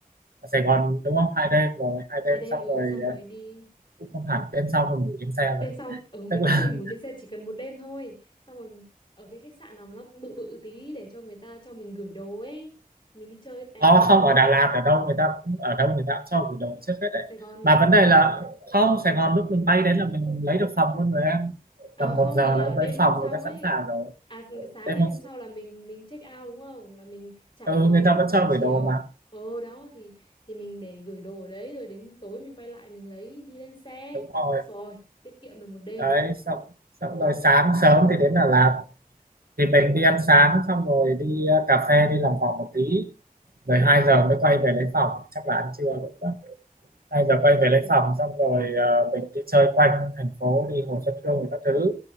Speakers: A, on the right; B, on the left.
A: ở Sài Gòn đúng không hai đêm rồi hai đêm
B: hai đêm
A: xong
B: ừ
A: rồi
B: xong rồi
A: ờ,
B: đi
A: cũng không hẳn đêm sau mình ngủ trên xe
B: đêm
A: rồi
B: sau ừ mình
A: tức
B: đêm
A: là
B: sau mình ngủ trên xe chỉ cần một đêm thôi xong rồi ở cái khách sạn nào mà nó bự bự tí để cho người ta cho mình gửi đồ ấy mình đi chơi
A: <laughs>
B: té
A: có
B: le
A: không
B: luôn
A: ở Đà Lạt ở đâu người ta cũng ở đâu người ta cũng cho gửi đồ trước hết đấy
B: Sài Gòn mà
A: mà
B: Sài
A: vấn đề
B: Gòn
A: là
B: mà
A: không Sài Gòn lúc mình bay đến là mình lấy được phòng luôn rồi em
B: à
A: tầm
B: không
A: một giờ
B: ý là
A: là
B: đêm
A: tới
B: hôm
A: phòng
B: sau
A: người ta
B: ấy
A: sẵn sàng rồi
B: à sáng
A: đêm
B: ngày
A: hôm-
B: hôm sau là mình mình check out đúng không là mình trả
A: ừ,
B: phòng
A: người ta vẫn
B: buổi
A: cho
B: chiều
A: gửi đồ mà
B: ờ đó thì thì mình để gửi đồ ở đấy rồi đến tối mình quay lại mình lấy đi lên xe
A: đúng rồi
B: rồi tiết kiệm được một đêm
A: đấy xong xong rồi sáng sớm thì đến Đà Lạt thì mình đi ăn sáng xong rồi đi ờ, cà phê đi làm vòng một tí rồi
B: ừ
A: 2 giờ mới quay về lấy phòng chắc là ăn trưa rồi đó 2 giờ quay
B: chắc
A: về lấy
B: được
A: phòng xong rồi ờ, mình đi chơi quanh thành phố đi Hồ Xuân Hương rồi các thứ